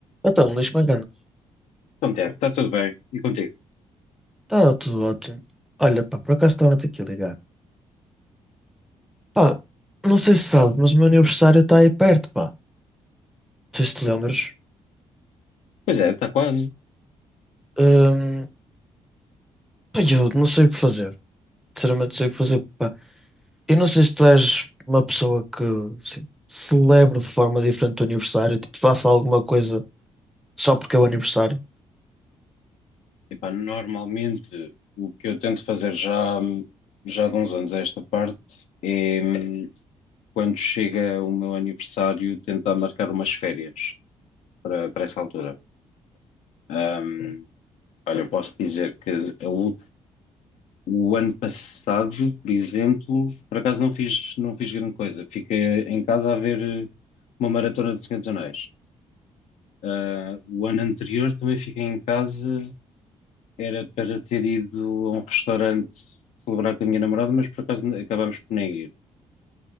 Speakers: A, in the centre; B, on the left (about 85°).
A: Então, Luís, como é
B: Então, Tiago, está tudo bem. E contigo?
A: Está tudo ótimo. Olha, pá, por acaso estava-te aqui a ligar. Pá, não sei se sabe, mas o meu aniversário está aí perto, pá. Não sei se te lembras.
B: Pois é, está quase.
A: Hum, pá, eu não sei o que fazer. Sinceramente, não sei o que fazer, pá. Eu não sei se tu és uma pessoa que, assim, celebra de forma diferente o aniversário, tipo, faça alguma coisa só porque é o aniversário.
B: Epá, normalmente o que eu tento fazer já, já de uns anos a esta parte é hum, quando chega o meu aniversário tentar marcar umas férias para, para essa altura. Hum, olha, eu posso dizer que o, o ano passado, por exemplo, por acaso não fiz, não fiz grande coisa. Fiquei em casa a ver eh, uma maratona do Senhor dos Anéis. Ah, o ano anterior também fiquei em casa Era para ter ido a um restaurante celebrar com a minha namorada, mas por acaso acabámos por nem ir.